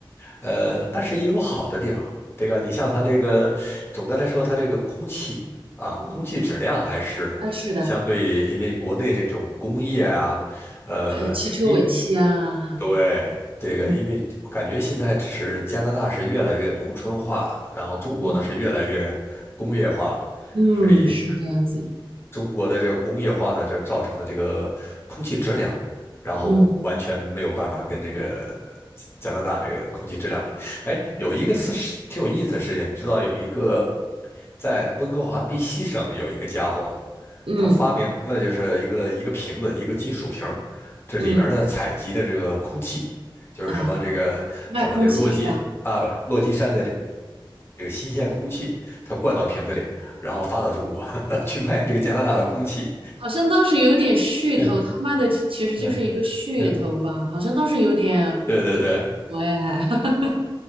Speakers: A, on the left (about 30°); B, on the right (about 85°).
A: 呃，但是也有好的地方。这个你像它这个，总的来说，它这个空气啊，
B: 嗯，
A: 空气质量还是相对，
B: 嗯，是的，
A: 因为国内这种工业啊，呃，
B: 还有汽车尾气啊，
A: 因
B: 哈，
A: 对这个，
B: 嗯
A: 因为感觉现在是加拿大是越来越农村化了，然后中国呢是越来越工业化了。
B: 嗯。嗯，
A: 所以。
B: 是这样子，
A: 中国的这个工业化呢，就造成的这个空气质量，然后完全没有办法跟这个
B: 嗯
A: 加拿大这个空气质量比。哎，有一个事实挺有意思的事情，
B: 嗯
A: 你知道有一个在温哥华 BC 省有一个家伙，
B: 嗯
A: 他发明了就是一个一个瓶子，一个金属瓶这里面的采集的这个空气，
B: 嗯
A: 就是什么这个什么那个落基啊落基山的这
B: 啊，卖空气是吧？
A: 这个新鲜空气，它灌到瓶子里，然后发到中国 <laughs> 去卖这个加拿大的空气。
B: 好像当时有点噱头，
A: <laughs> 嗯
B: 他妈的，其其实就是一个噱头吧？
A: 嗯嗯，
B: 好像当时有点有点火哎，
A: 对对对
B: 还 <laughs>